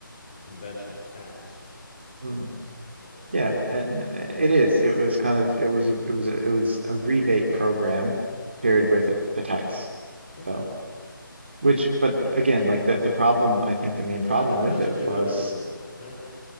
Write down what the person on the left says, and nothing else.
conventional tax.
As,
uh,
okay,
Cla- a classic
derivatives
model, right?